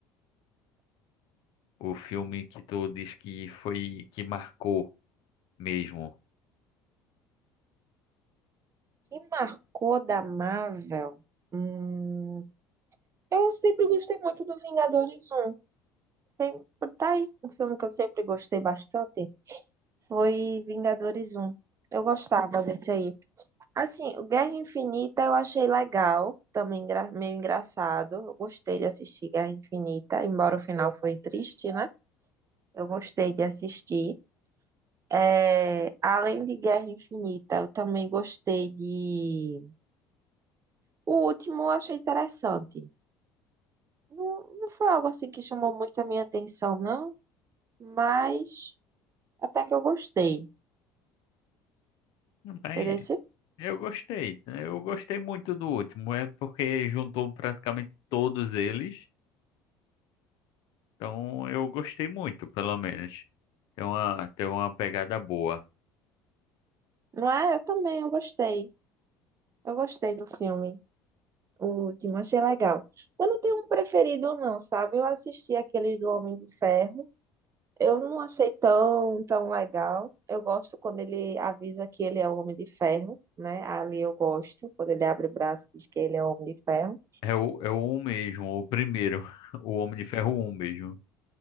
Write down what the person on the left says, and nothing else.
O filme que tu diz que foi que marcou mesmo.
Mas
eu gostei. né? Eu gostei muito do último. É porque juntou praticamente todos eles. Então eu gostei muito, pelo menos. Tem uma, tem uma pegada boa.
É o, é o um mesmo, o primeiro. <laughs> O Homem de Ferro um mesmo.